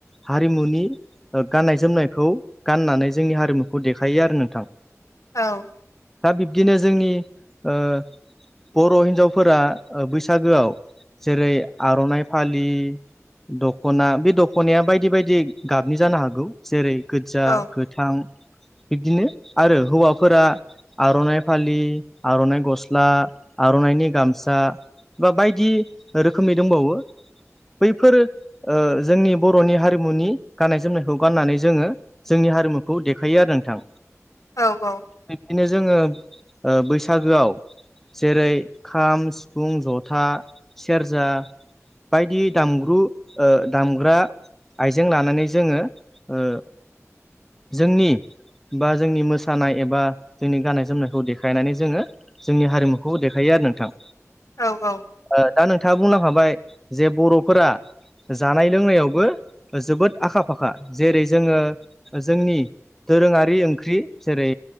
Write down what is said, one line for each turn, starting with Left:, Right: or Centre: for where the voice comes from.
Centre: हारिमुनि ओ गाननाय जोमनायखौ गाननानै जोंनि हारिमुखौ देखायो आरो नोंथां।
Left: औ।
Centre: दा बिबदिनो जोंनि ओ बर' हिनजाव फोरा ओ बैसागोआव जेरै आर'नाइ फालि दख'ना बे दख'नाया बायदि बायदि गाबनि जानो हागौ जेरै गोजा
Left: औ
Centre: गोथ थां बिब्दिनो आरो हौवाफोरा आर'नाइ फालि, आर'नाइ गस्ला, आर'नाइनि गामसा बा बायदि रोखोमनि दंबावो बैफोरो ओ जोंनि बर'नि हारिमुनि गाननाय जोमनायखौ गाननानै जोङो जोंनि हारिमुखौ देखायो आरो नोंथां।
Left: औ औ।
Centre: बिबदिनो जोङो ओ बैसागोआव जेरै खाम, सिफुं, जथा, सेरजा बायदि दामग्रु ओ दामग्रा आइजें लानानै जोङो ओ जोंनि बा जोंनि मोसानाय एबा जोंनि गाननाय जोमनायखौ देखायनानै जोङो जोंनि हारिमुखौ देखायो आरो नोंथां।
Left: औ औ।
Centre: ओ दा नोंथाङा बुंलांखाबाय जे बर'फोरा जानाय लोंनायावबो ओ जोबोद आखा फाखा जेरै जोङो ओ जोंनि दोरोङारि ओंख्रि जेरै